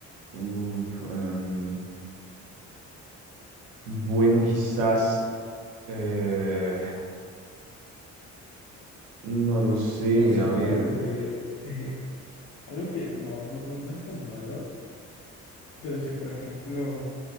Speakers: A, on the right; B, on the left.
A: uf, em, Bueno, quizás, eh, no lo sé,
B: o se
A: a
B: me
A: ver,
B: acaba de ocurrir eh, algo que no, no, no, no es tan malo, pero si por ejemplo